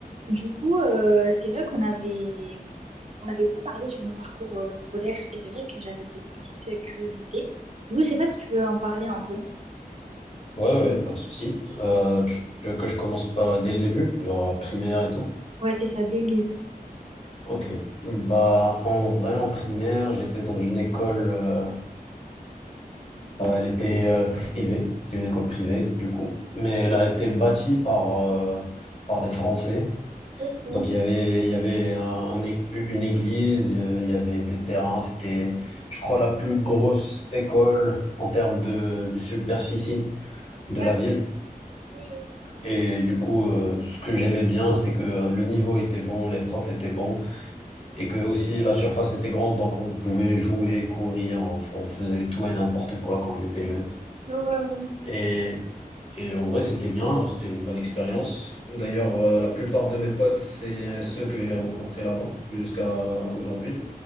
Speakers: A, on the right; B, on the left.
A: Du coup, euh, c'est vrai qu'on avait, on n'avait pas parlé sur nos parcours euh, scolaires et c'est vrai que j'avais cette petite euh, curiosité. Du coup, je sais pas si tu veux en parler un peu.
B: Ouais, ouais, ouais, pas de souci. Euh, tu tu veux que je commence pas dès le début, genre primaire et tout?
A: Ouais, c'est ça, dès le début.
B: Ok. Bah, en vrai, en primaire, j'étais dans une école, euh, euh, elle était euh, privée, c'est une école privée du coup, mais elle a été bâtie par, euh, par des Français.
A: Ok.
B: Donc il y avait, il y avait un- un é- une église, euh, il y avait des terrains, c'était, je crois, la plus grosse école en termes de, de superficie de
A: D'accord.
B: la ville.
A: Oui, oui.
B: Et du coup, euh, ce que j'aimais bien, c'est que euh, le niveau était bon, les profs étaient bons, et que aussi la surface était grande, donc on pouvait jouer, courir, on, f- on faisait tout et n'importe quoi quand on était jeune.
A: Ouais, ouais, ouais.
B: Et, et en vrai, c'était bien, c'était une bonne expérience. D'ailleurs, euh, la plupart de mes potes, c'est euh, ceux que j'ai rencontrés là-bas jusqu'à euh, aujourd'hui.